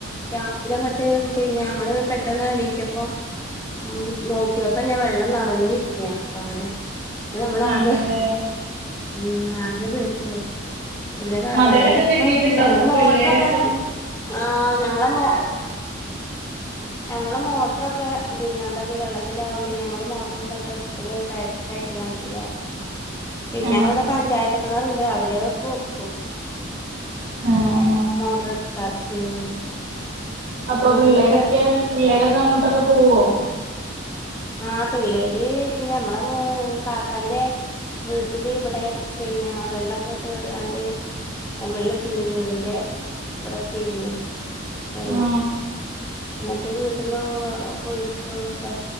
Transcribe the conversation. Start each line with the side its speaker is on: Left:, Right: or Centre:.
Left: രാവിലങ്ങോട്ട് പിന്നെ നമ്മള് പെട്ടെന്ന് എണീറ്റപ്പം ഉം നോക്കിയപ്പം ഞാൻ വെള്ളം നറഞ്ഞിരിക്കയാ കാണണേ. ന്ന് നമ്മളാകെ
Right: ആണല്ലേ
Left: ഉം ആകെ പേടിച്ചു പോയി. ഇവിടെ വെ
Right: മതലൊക്കെ
Left: വെള്ളം ഇപ്പംഇല്ല
Right: കെട്ടിട്ടുണ്ടോ
Left: ഞങ്ങള്
Right: അപ്പൊ
Left: മോട്ടറൊക്കെ
Right: പിള്ളേരൊക്കെ
Left: ആഹ് ഞങ്ങളെ മോ ഞങ്ങള് മോട്ടറൊക്കെ പിന്നെ എന്താക്കി വെള്ളത്തിലാകും പിന്നെ ഞങ്ങള് മോട്ടർ എന്തൊക്കെ എടുത്ത് കയറ്റ് കയറ്റലാണ് ചെയ്യാറ്.
Right: <inaudible>
Left: പിന്നെ
Right: ആ
Left: ഞങ്ങളവിടെ പഞ്ചായത്ത് കെണറുണ്ട് അവിടെക്കെ വെക്കും.
Right: ആ ആ
Left: മോട്ടർ എടുത്താ ഉം
Right: അപ്പൊ
Left: അങ്ങനെയൊക്കെ
Right: പിള്ളേരൊക്കേ പിള്ളേരൊക്കെ അങ്ങോട്ടെക്കെ പോവ്വോ?
Left: ആഹ് പിള്ളേര് പിന്നെ ഞമ്മള് മൂ കാക്കാന്റെ വീട്ടില് ഇവിടെ പിന്നെ വെള്ളൊക്കെ കേറിയാണ്ട് <unintelligible> വീടിന്റെ ഇവിടെത്തിരുന്നു വെള്ളം-
Right: ആ
Left: എന്നിട്ട് വീട്ടിന്ന് വെള്ളക്കെ കൊഴിച്ചൊക്കേ